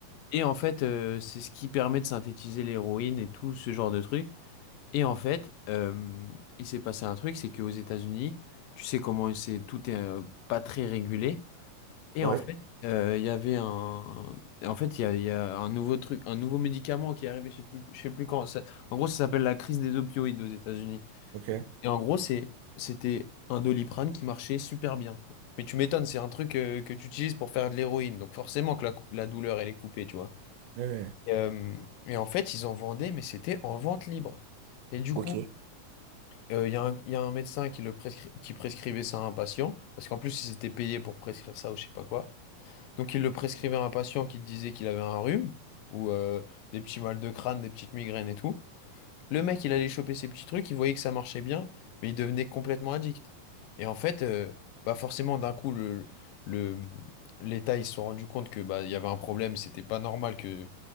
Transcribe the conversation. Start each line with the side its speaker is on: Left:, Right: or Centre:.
Left: Et en fait, euh, c'est ce qui permet de synthétiser l'héroïne et tout ce genre de trucs. Et en fait, euh, il s'est passé un truc, c'est qu'aux États-Unis, tu sais comment c'est, tout est euh, pas très régulé. Et
Right: Ouais.
Left: en fait, euh, il y avait un, en fait, il y a, il y a un nouveau truc, un nouveau médicament qui est arrivé, je sais plus, je sais plus quand. ça- En gros, ça s'appelle la crise des opioïdes aux États-Unis.
Right: Ok.
Left: Et en gros, c'est, c'était un Doliprane qui marchait super bien. Mais tu m'étonnes, c'est un truc euh, que tu utilises pour faire de l'héroïne, donc forcément que la, cou- la douleur elle est coupée, tu vois.
Right: Ouais.
Left: Et, euh, et en fait, ils en vendaient, mais c'était en vente libre. Et du
Right: Ok.
Left: coup, euh, il y a un, il y a un médecin qui le prescri- qui prescrivait ça à un patient, parce qu'en plus, ils étaient payés pour prescrire ça ou je sais pas quoi. Donc, il le prescrivait à un patient qui te disait qu'il avait un rhume, ou euh, des petits mal de crâne, des petites migraines et tout. Le mec, il allait choper ses petits trucs, il voyait que ça marchait bien, mais il devenait complètement addict. Et en fait, euh, bah forcément, d'un coup, le, le, l'État, ils se sont rendus compte que bah, il y avait un problème, c'était pas normal que